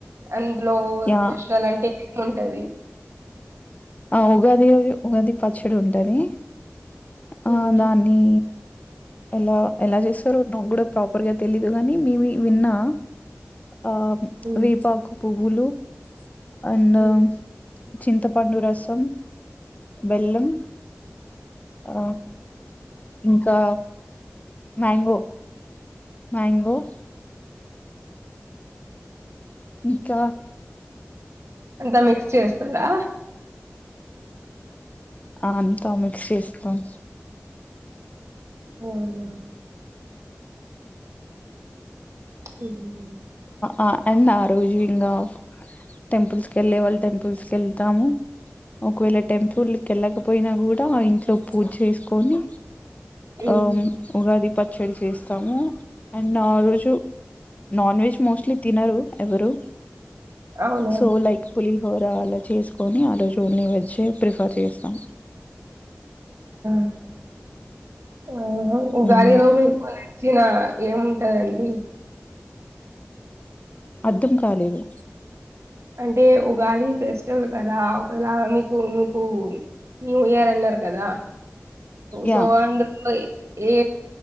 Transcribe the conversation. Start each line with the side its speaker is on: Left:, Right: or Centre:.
Right: అందులో
Left: యాహ్!
Right: స్పెషల్ అంటే ఏం ఉంటది
Left: ఆ ఉగాది ఉగాది పచ్చడి ఉంటాది ఆ
Right: ఉమ్,
Left: దాన్ని ఎలా ఎలా చేస్తారో నాకు కూడా ప్రాపర్గా తెలీదు గాని మేబి విన్నా ఆ
Right: ఉమ్,
Left: వేపాకు పూవులు అండ్
Right: ఉమ్.
Left: చింతపండు రసం బెల్లం అ ఇంకా మ్యాంగో మ్యాంగో కు ఇక
Right: అంతా మిక్స్ చేస్తారా
Left: ఆ అంతా మిక్స్ చేస్తాం
Right: అవునవును ఏం లేదు
Left: ఆ అండ్ ఆ రోజు ఇంకా టెంపుల్స్ కి వెళ్ళే వాళ్ళు టెంపుల్స్ కి వెళ్తాము ఒకవేళ టెంపుల్ కి వెళ్లకపోతే పోయినా కూడా ఇంట్లో పూజ చేసుకొని
Right: ఉమ్,
Left: అ ఉగాది పచ్చడి చేస్తాము అండ్ ఆ రోజు నాన్ వెజ్ మోస్ట్లీ తినరు ఎవరు
Right: అవునా
Left: సో లైక్ పులీస్ పులిహోర అలా చేసుకొని ఆ రోజుల్ని వెజ్ ప్రిఫర్ చేస్తాం
Right: <inaudible> ఆ ఉగాది
Left: మ్మ్.
Right: లో మీకు నచ్చిన ఏముంటదండి
Left: అర్థం కాలేదు
Right: అంటే ఉగాది ఫెస్టివల్ కదా ఒకేలా మీకు మీకు న్యూ ఇయర్ అన్నారు కదా
Left: యా
Right: సో అందుకు ఏ